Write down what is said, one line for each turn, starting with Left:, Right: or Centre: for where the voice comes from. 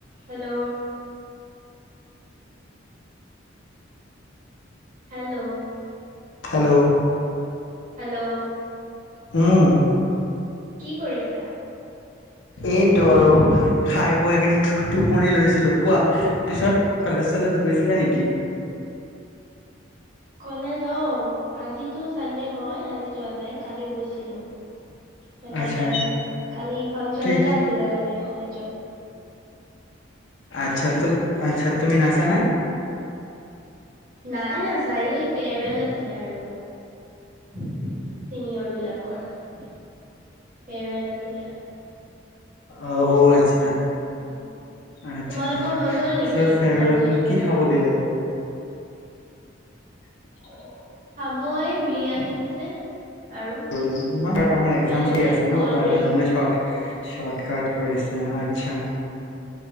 Right: Hello hello
Left: hello
Right: hello
Left: উম।
Right: কি কৰিছা?
Left: এইটো আৰু খাই বৈ কিনি টো টোপনি লৈছিলোঁ, কোৱা, পিছত কলেজ-চলেজ গৈছিলা নেকি?
Right: কলেজ অ', আজিতো চানডে হয়, আজি যোৱা নাই, কালি গৈছিলোঁ। চেটাৰডে
Left: আচ্ছা
Right: আছিলে, কালি ফাংচন
Left: কি
Right: এটা আছিলে মানে কলেজত।
Left: আচ্ছা তুম আচ্ছা তুমি নাচা নাই?
Right: নাই নাচা, এই ফেয়াৰৱেল আছিলে আৰু। ছিনিয়ৰ বিলাকৰ। ফেৱাৰৱেল। আছিলে।
Left: আও আজি।
Right: উম।
Left: আ আচ্ছা
Right: তোমালোকৰ হৈ গ'ল নেকি
Left: চ ফেৱাৰৱেলত
Right: কলেজত ফেয়াৰৱেল?
Left: কি খাব দিলে? <inaudible>
Right: অই বিৰিয়ানী দিছে। আৰু
Left: <unintelligible> আমাৰ তাৰমানে এক্সাম
Right: বিৰিয়ানী,
Left: চলি আছে
Right: ক'ল্ড
Left: ন', তাৰ
Right: ড্ৰিংকচ
Left: কাৰণে আপোনাৰ শৰ্ট। চৰ্টকাট কৰিছে। আচ্ছা।